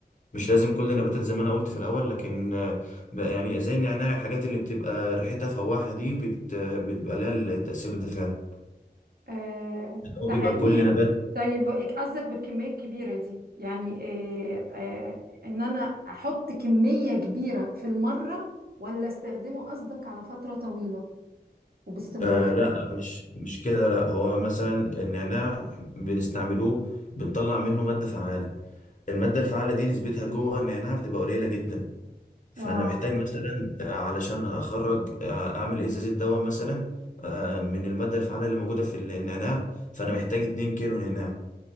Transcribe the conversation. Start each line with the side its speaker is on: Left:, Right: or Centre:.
Left: مش لازم كل النباتات زي ما أنا قلت في الأول لكن آه، بقى يعني زي النعناع الحاجات اللي بتبقى ريحتها فواحة دي بت- بتبقى لها التأثير ده فعلا
Right: آه،
Left: يعني
Right: ده
Left: هو بيبقى
Right: حقيقي
Left: كل نبات
Right: طيب قصدك بالكمية الكبيرة دي يعني آه، آه، ان انا احط كمية كبيرة في المرة ولا استخدمه قصدك على فترة طويلة وباستمرار
Left: آه لا مش مش كده لا هو مثلا النعناع بنستعملوه بنطلع منه مادة فعالة المادة الفعالة دي نسبتها جوه النعناع بتبقى قليلة جدا فأنا
Right: اه
Left: محتاج مثلا آه، علشان أخرج آه، أعمل إزازة دواء مثلا آه، من المادة الفعالة اللي موجودة في النعناع فأنا محتاج 2 كيلو نعناع